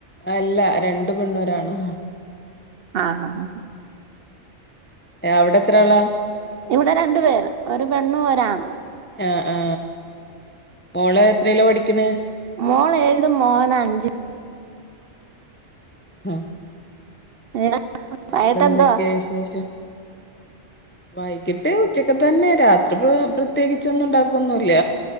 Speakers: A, on the left (about 20°); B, on the right (about 60°).
A: അല്ല രണ്ടു പെണ്ണൂ രാണ്
B: ആ ആ ഹ്
A: അവിടെ എത്ര ആളാ
B: ഇവിടെ രണ്ടു പേര് ഒരു പെണ്ണും ഒരാണു
A: ആ ആ മോൾ എത്രല്ല പഠിക്കണ
B: മോൾ ഏഴ് മോൻ അഞ്ച്
A: ഉം
B: <unintelligible> വൈകിട്ട്
A: ഏറെന്തൊക്കെയാ
B: എന്തുവാ
A: വിശേഷം വൈകിട്ട് ഉച്ചക്ക് തന്നെ രാത്രി പ്ര പ്രത്യേകിച്ച ഒന്നും ഉണ്ടാക്കൊന്നുംല്ല